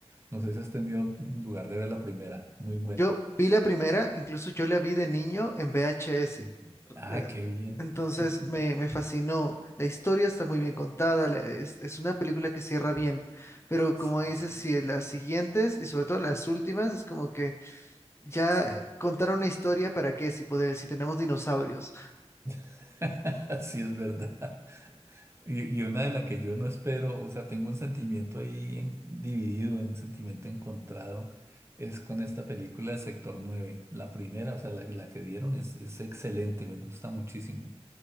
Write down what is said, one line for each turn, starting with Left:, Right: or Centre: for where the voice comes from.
Right: No sé si has tenido lugar de ver la primera, muy buena.
Left: Yo vi la primera, incluso yo la vi de niño en VHS.
Right: Sí, Ah,
Left: eh,
Right: qué bien.
Left: Entonces
Right: <laughs>
Left: me, me fascinó. La historia está muy bien contada, la- es, es una película que cierra bien, pero
Right: sí.
Left: como dices, si las siguientes y sobre todo las últimas es como que ya
Right: Sí,
Left: contaron una historia para qué si poder, si tenemos dinosaurios.
Right: <laughs> sí es verdad. Y, y una de las que yo no espero, o sea, tengo un sentimiento ahí en- dividido, un sentimiento encontrado, es con esta película de Sector nueve La primera, o sea, la, la que dieron es, es excelente, me gusta muchísimo.